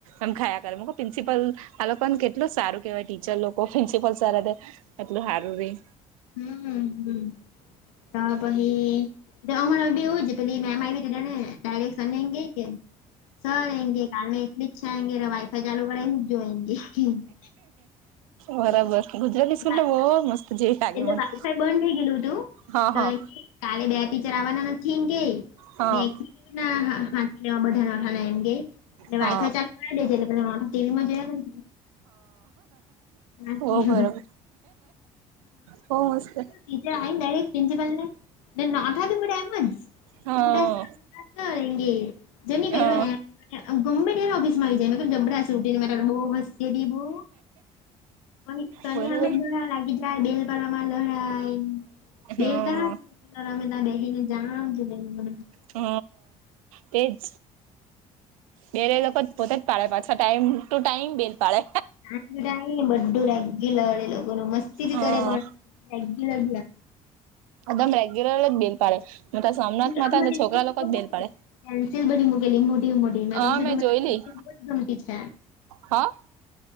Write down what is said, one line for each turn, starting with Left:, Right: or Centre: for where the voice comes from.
Right: એમ ખાયા કરે મકુ પ્રિન્સિપલ આ લોકોન કેટલું સારું કેહેવાય ટીચર લોકો પ્રિન્સિપલ સર હાથે કેટલું સારું રેય
Left: હમ હમ હમ ત પહી અમર બી એવું જ પેલી મેમ આયવી તે ડાળે સરને એમ કેય કે સર એમ કેય કાલ મે એકલી જ છેે, એમકેય વાઈફાઈ ચાલુ કરે એ <unintelligible>
Right: બરાબર ગુજરાતી સ્કૂલ
Left: વાઈ
Right: તો બો મસ્ત જેવી લાગે
Left: એટલે
Right: મને
Left: વાઈફાઈ બંધ થઈ ગયેલું હતું
Right: હા
Left: તો
Right: હા
Left: એમ કાલે બે ટીચર આવવાના નથી કેય
Right: હા
Left: મે એકલીના <unintelligible> ને
Right: હા
Left: વાઇફાઈ ચાલુ કરાય દેજે એટલે પેલ રોનક ટીવીમાં જોયા ના
Right: હ
Left: ટીવી
Right: હો બરોબર
Left: માં.
Right: હો મસ્ત
Left: ટીચ આવીને ડાયરેક્ટ પ્રિન્સિપલ ને ને નાથા બી બધા એમ જ
Right: હા
Left: મોટા <unintelligible> <unintelligible> જોની પેલો
Right: હા
Left: એ ગમે ત્યારે ઓફિસમાં આવી જાય મે જબડા સુટી ને મેટ બો મસ તેદી બો પહી સરની
Right: બરોબર
Left: હામે જોયા લાગી જાય બેલપાળવામાં લડાય બેલ
Right: હા
Left: તા <unintelligible> બેહીને જા <unintelligible>
Right: હ તેજ બેરે લોકો પોતે જ પાડે પાછ ટાઈમ ટુ ટાઈમ બેલ પાડે
Left: <unintelligible> બધું રાગયુ લડે લોકો ન મસ્તી બી
Right: હા
Left: કરે પણ રેગયુ <unintelligible>
Right: એગમ રેગ્યુલરલી જ બેલ પાડે મા સોમનાથ
Left: સ્કૂલ
Right: મા
Left: અમારે
Right: હતા ને તો છોકરા
Left: સ્કૂલ બી
Right: લોકો
Left: બહુ
Right: જ બેલ પાડે
Left: પેન્સિલ બધી મૂકેલી મોટી મોટી મેકમ
Right: હા
Left: સુધી
Right: મેં
Left: મને
Right: જોયલી
Left: પેન્સિલ બો જ ગમતી છે.
Right: હા